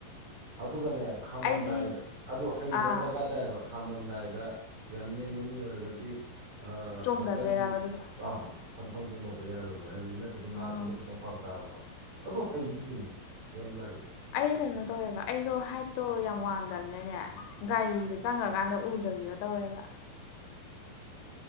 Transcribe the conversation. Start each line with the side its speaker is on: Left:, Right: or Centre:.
Right: ꯑꯗꯨꯒꯅꯦ ꯈꯥꯝꯃꯝꯗꯥꯏꯗ
Left: ꯑꯩꯗꯤ
Right: ꯑꯗꯨ ꯍꯩꯕ
Left: ꯑꯥ
Right: ꯑꯃ ꯗꯔꯀꯥꯔ ꯇꯥꯏꯌꯦꯕ ꯈꯥꯝꯃꯝꯗꯥꯏꯗ ꯌꯥꯝ ꯅꯦꯝꯕ ꯃꯤ ꯑꯣꯏꯔꯒꯗꯤ ꯑꯥ
Left: ꯆꯣꯡꯊꯗꯣꯏꯔꯕ
Right: ꯅꯥꯀꯟꯒꯤ
Left: ꯑꯗꯨꯗꯣ
Right: ꯆꯥꯡ ꯐꯟ ꯆꯣꯡꯊꯗ ꯌꯥꯔꯣꯏꯕ ꯍꯥꯏꯕꯗꯤ ꯅꯠꯇꯗꯤ ꯉꯥꯛꯄꯗꯣ
Left: ꯎꯝ
Right: ꯈꯤꯇꯪ ꯐꯔꯛ ꯇꯥꯕꯗꯣ ꯑꯗꯣ ꯍꯩꯅꯤ ꯀꯩꯅꯣ ꯌꯥꯝ ꯂꯥꯏ
Left: ꯑꯩ ꯀꯩꯅꯣ ꯇꯧꯋꯦꯕ ꯑꯩꯗꯣ ꯍꯥꯏꯠꯇꯣ ꯌꯥꯝ ꯋꯥꯡꯗꯝꯅꯤꯅꯅꯦ ꯒꯥꯔꯤꯗ ꯆꯪꯒ꯭ꯔꯀꯥꯟꯗ ꯎꯗꯕꯤꯗꯣ ꯇꯧꯋꯦꯕ